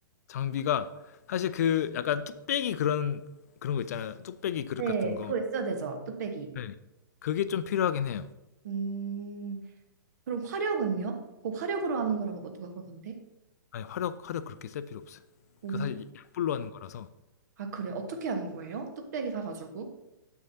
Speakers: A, on the left (about 45°); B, on the right (about 50°).
A: 장비가 사실 그 약간 뚝배기 그런 그런 거 있잖아요, 뚝배기 그릇
B: 네,
A: 같은 거.
B: 그거 있어야 되죠. 뚝배기.
A: 네, 그게 좀 필요하긴 해요.
B: 음. 그럼 화력은요? 그 화력으로 하는 거라고 뭐 누가 그러던데?
A: 아니 화력 화력 그렇게 쓸 필요 없어요.
B: 오,
A: 그 사실 약불로 하는 거라서
B: 아, 그래. 어떻게 하는 거예요? 뚝배기 사가지고.